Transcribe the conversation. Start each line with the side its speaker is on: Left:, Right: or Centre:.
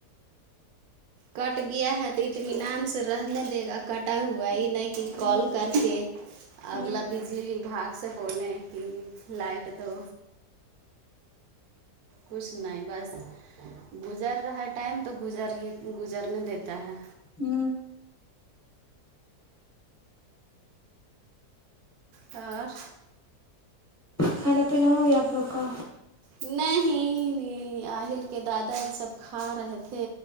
Right: کٹ گیا ہے تو اطمینان سے رہنے دے گا کٹا ہوا ہے
Left: ہوں
Right: یہ نہیں کہ کال کر کے
Left: ہوں
Right: اگلا بھی بجلی وباگ سے بولیں کہ لائٹ دو کچھ نہیں بس گزر رہا ہے ٹائم تو گزر گزرنے دیتا ہے
Left: ہوں
Right: اور
Left: کھانا پینا ہو گیا آپ لوگ کا
Right: نہیں نہیں آہل کے دادا یہ سب کھا رہے تھے